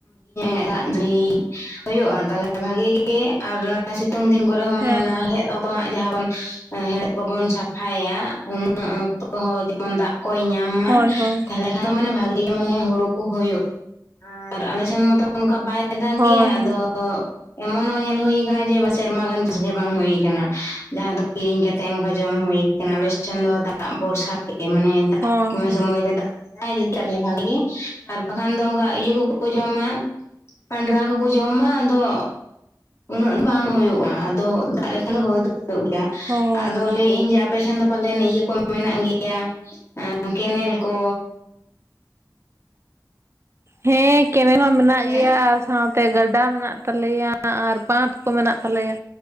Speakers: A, on the left (about 40°); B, on the right (about 35°).
A: <unintelligible> ᱦᱩᱭᱩᱜᱼᱟ ᱛᱟᱞᱦᱮ ᱵᱷᱟᱜᱤ ᱟᱨ ᱥᱤᱛᱩᱝ ᱫᱤᱱ ᱠᱚᱨᱮ ᱦᱚᱸ ᱢᱟᱱᱮ
B: ᱦᱮᱸ
A: ᱡᱟᱦᱟᱸ ᱵᱚᱱ᱾ ᱨᱮᱦᱮᱫ ᱠᱚᱵᱚᱱ ᱥᱟᱯᱷᱟᱭᱟ ᱩᱱᱟᱹᱜ ᱚᱠᱛᱚ ᱦᱚᱸ ᱡᱮᱢᱚᱱ ᱫᱟᱜᱼᱼ ᱠᱚᱭ ᱧᱟᱢ ᱢᱟ
B: ᱦᱳᱭ ᱦᱳᱭ
A: ᱛᱟᱦᱚᱞᱮᱼᱼ ᱢᱟᱱᱮ ᱵᱷᱟᱜᱤ ᱜᱮ ᱢᱟᱱᱮ ᱦᱩᱲᱩ ᱠᱚ ᱦᱩᱭᱩᱜᱼᱟ ᱟᱨ ᱟᱞᱮᱥᱮᱱ ᱢᱟᱛᱚᱼᱼ ᱚᱱᱠᱟ ᱵᱟᱭ ᱫᱟᱜ
B: ᱦᱳᱭ
A: ᱜᱮᱭᱟ
B: ᱦᱳᱭ
A: ᱟᱫᱚᱼᱼ ᱮᱢᱚᱱ ᱦᱚᱸ ᱧᱮᱞ ᱦᱩᱭ ᱟᱠᱟᱱᱟ ᱡᱮ ᱜᱟᱱ ᱛᱤᱥ ᱜᱮ ᱵᱟᱝ ᱦᱩᱭ ᱟᱠᱟᱱᱟ ᱡᱟᱦᱟᱸ ᱫᱚ ᱠᱤᱨᱤᱧ ᱠᱟᱛᱮᱜ ᱚᱱᱠᱟ ᱡᱚᱢ ᱦᱳᱭᱼᱼ ᱟᱞᱮ ᱴᱮᱱ ᱫᱚ ᱫᱟᱜ ᱵᱷᱚᱨᱥᱟ ᱛᱮᱜᱮ ᱢᱟᱱᱮ ᱫᱟᱜ
B: ᱦᱳᱭ ᱦᱳᱭ
A: ᱥᱚᱢᱚᱭ ᱨᱮ ᱫᱟᱜ᱾ ᱡᱩᱫᱤ ᱟᱞᱮ ᱵᱷᱟᱜᱤ ᱜᱮ ᱟᱨ ᱵᱟᱠᱷᱟᱱ ᱫᱚ ᱚᱱᱠᱟ ᱤᱭᱟᱹ ᱠᱚᱠᱚ ᱡᱚᱢᱟ᱾ ᱯᱟᱱᱰᱨᱟ ᱠᱚᱠᱚ ᱡᱚᱢᱟ ᱟᱫᱚᱼᱼ ᱩᱱᱟᱹᱜ ᱫᱚ ᱵᱟᱝ ᱦᱳᱭᱳᱜᱼᱟ ᱟᱫᱚ ᱫᱟᱜ ᱞᱮᱠᱷᱟᱱ ᱫᱚ ᱦᱳᱭ ᱫᱚ ᱦᱳᱭᱳᱜ ᱜᱮᱭᱟ
B: ᱦᱳᱭ
A: ᱾ ᱟᱫᱚ ᱞᱟᱹᱭ ᱮᱭᱟᱹᱧ ᱡᱮ ᱟᱯᱮ ᱥᱮᱱ ᱫᱚ ᱯᱟᱞᱮᱱ ᱤᱭᱟᱹ ᱠᱚᱼᱼ ᱢᱮᱱᱟᱜ ᱜᱮᱭᱟ ᱠᱮᱱᱮᱞ ᱠᱚ᱾
B: ᱦᱮᱸ ᱠᱮᱱᱮᱞ ᱦᱚᱸ ᱢᱮᱱᱟᱜ
A: ᱦᱮᱸ
B: ᱜᱮᱭᱟ ᱟᱨ ᱥᱟᱶᱛᱮᱼᱼ ᱛᱮ ᱜᱟᱰᱟ ᱢᱮᱱᱟᱜ ᱛᱟᱞᱮᱭᱟ ᱟᱨ ᱵᱟᱸᱫᱷ ᱠᱚ ᱢᱮᱱᱟᱜ ᱛᱟᱞᱮᱭᱟ᱾